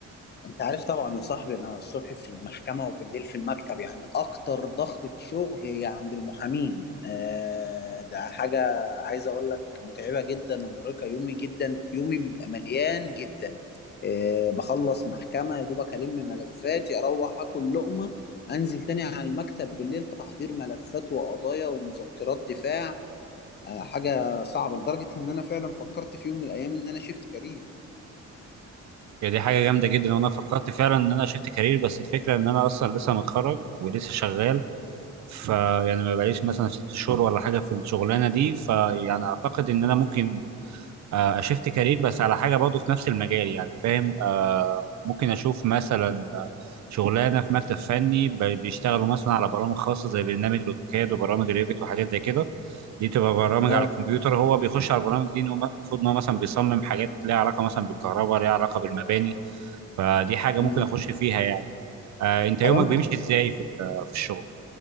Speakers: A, on the left (about 35°); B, on the right (about 70°).
A: انت عارف طبعا يا صاحبي انا الصبح في المحكمه وبالليل في المكتب يعني اكتر ضغطه شغل هي عند المحامين آه ده حاجه عايز اقول لك متعبه جدا ومرهقه يومي جدا يومي بيبقى مليان جدا آه بخلص محكمه يا دوبك الم ملفاتي اروح اكل لقمه انزل تاني على المكتب بالليل تحضير ملفات وقضايا ومذكرات دفاع آه حاجه صعبه لدرجه ان انا فعلا فكرت في يوم من الايام ان انا شيفت كارير
B: يعني دي حاجة جامدة جدا وأنا فكرت فعلا إن أنا شفت كارير بس الفكرة إن أنا أصلا لسه متخرج ولسه شغال فيعني ما بقاليش مثلا ست شهور ولا حاجة في الشغلانة دي فيعني أعتقد إن أنا ممكن آه، اشفت كارير بس على حاجه برضه في نفس المجال يعني فاهم آه، ممكن اشوف مثلا آه، شغلانه في مكتب فني ب- بيشتغلوا مثلا على برامج خاصه زي برنامج الاوتوكاد وبرامج ريفت وحاجات زي كده دي بتبقى برامج
A: اه
B: على الكمبيوتر هو بيخش على البرامج دي إن هو م- المفروض ان هو مثلا بيصمم حاجات ليها علاقه مثلا بالكهرباء ليها علاقه بالمباني فدي حاجه
A: مم.
B: ممكن اخش فيها يعني آه، انت يومك
A: هو انت
B: بيمشي ازاي في ال- في الشغل